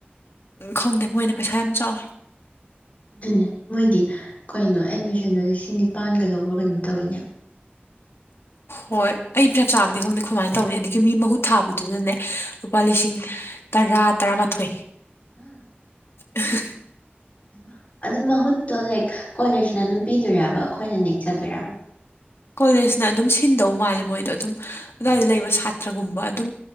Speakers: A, on the left (about 80°); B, on the left (about 35°).
A: ꯈꯪꯗꯦ ꯃꯣꯏꯅ ꯄꯩꯁꯥ ꯌꯥꯝ ꯆꯥꯎꯋꯦ
B: ꯑꯗꯨꯅꯦ ꯃꯣꯏꯗꯤ ꯀꯩꯅꯣ ꯑꯦꯠꯃꯤꯁꯟꯗꯣ ꯂꯤꯁꯤꯡ ꯅꯤꯄꯥꯟꯒ ꯂꯧꯕ꯭ꯔ ꯀꯩꯅꯣꯝ ꯇꯧꯋꯤꯅꯦ
A: ꯍꯣꯏ ꯑꯩ ꯆꯞ ꯆꯥꯕꯗꯤ ꯈꯪꯗꯦ ꯑꯩꯈꯣꯏ ꯃꯥꯅ ꯇꯧꯕꯅꯦ ꯑꯗꯒꯤ ꯃꯤ ꯃꯍꯨꯠ ꯊꯥꯕꯗꯨꯅꯅꯦ ꯂꯨꯄꯥ ꯂꯤꯁꯤꯡ ꯇꯔꯥ ꯇꯔꯥꯃꯥꯊꯣꯏ
B: <unintelligible>
A: <unintelligible>
B: ꯍꯥꯏꯃ ꯑꯗꯨ ꯃꯍꯨꯠꯇꯣ ꯂꯥꯏꯛ ꯀꯣꯂꯦꯁꯅ ꯑꯗꯨꯝ ꯄꯤꯗꯣꯏꯔꯕ ꯑꯈꯣꯏꯅ ꯅꯦꯛꯆꯗꯣꯏꯔꯕ
A: ꯀꯣꯂꯦꯁꯅ ꯑꯗꯨꯝ ꯁꯤꯟꯗꯧ ꯃꯥꯜꯂꯦ ꯃꯣꯏꯗꯣ ꯑꯗꯨꯝ ꯑꯗꯨꯋꯥꯏꯗ ꯂꯩꯕ ꯁꯥꯇ꯭ꯔꯒꯨꯝꯕ ꯑꯗꯨꯝ